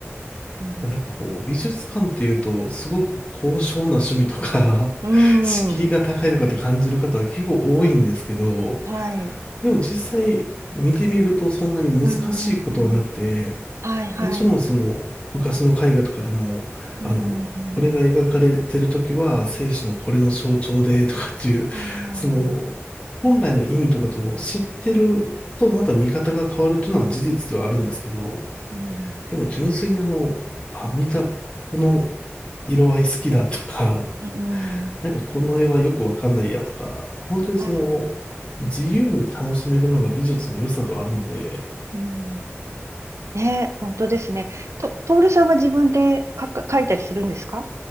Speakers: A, on the right; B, on the left.
A: うん
B: なんかこう、美術館っていうと、すごく高尚な趣味とか
A: うーん。
B: <laughs> 敷居が高いとかって感じる方が結構多いんですけど、
A: はい。
B: でも実際見てみるとそんなに難しいことはなくて、
A: うーん。はい、はい。
B: もちろんその昔の絵画とかでも、
A: うーん。
B: あの、これが描かれてる時は生死のこれの象徴でとかっていう、
A: ああ、
B: その本来の意味とかっていうのを知ってるとまた見方が変わるっていうのは事実ではあるんですけど、
A: うん。
B: でも純粋にあの、あ、見た、この色合い好きだとか、
A: うーん。
B: <laughs> なんかこの絵はよくわかんないやとか、本当にその、
A: はい。
B: 自由に楽しめるのが美術の良さではあるので、
A: うん。ね、本当ですね。と、トールさんは自分でかか、描いたりするんですか